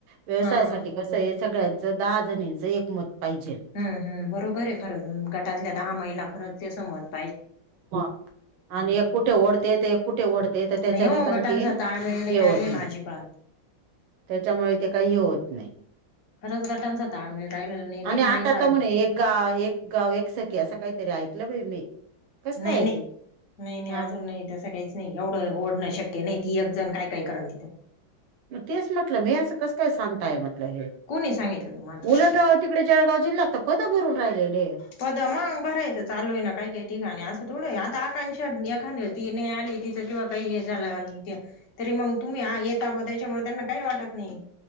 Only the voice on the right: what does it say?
व्यवसायासाठी
कसं - सगळ्या दहा जणीचं एकमत पाहिजे.
ह आणि एक कुठे ओढते तर एक कुठे ओढते तर त्याच्याने
काही
देन-
हे
होत नाही
त्याच्यामुळे ते काहीही होत नाही.
आणि आता
म्हणे एक गाव एकसखी असं काहीतरी ऐकलं बाई मी कसं काय
आहे
ते?
हा
तेच म्हटलं मी असं कस काय सांगताय म्हटलं हे
उलट- तिकडे जळगाव जिल्हात तर पद भरून राहिलेले आहेत.